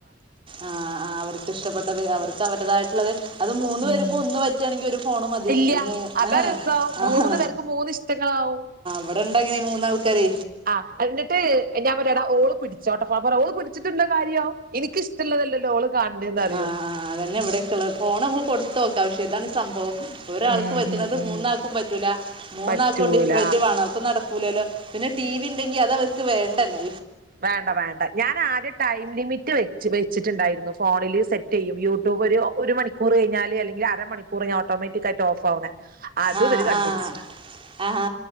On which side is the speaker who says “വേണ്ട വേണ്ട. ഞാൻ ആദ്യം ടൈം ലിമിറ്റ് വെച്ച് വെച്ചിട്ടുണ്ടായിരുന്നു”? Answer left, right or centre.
Right